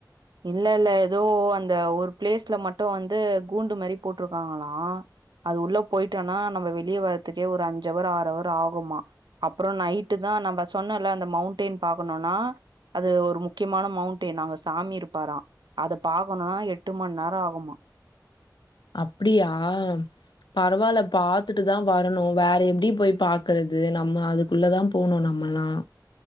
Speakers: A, on the right (about 80°); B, on the left (about 85°).
A: இல்ல இல்ல ஏதோ அந்த ஒரு ப்ளேஸ்ல மட்டு வந்து கூண்டு மாரி போட்டிருக்காங்களா அது உள்ள போயிட்டனா நம்ம வெளியே வர்ரதுக்கே ஒரு அஞ்சவர் ஆறவர் ஆகுமா அப்ற நைட் ட்டுதா நம்ப சொன்னல அந்த மவுண்டேன் பாக்கணுனா அது ஒரு முக்கியமான மவுண்டே நாங்க சாமி இரு ப்பாரா அத பாக்கணுனா எட்டு மண் நேர ஆகுமா
B: அப்டியா பரவாயில்ல பாத்துட்டுதா வரணு வேற எப்டி போய் பாக்கறது நம்ம அதுக்குள்ளதா போணு நம்மல்லா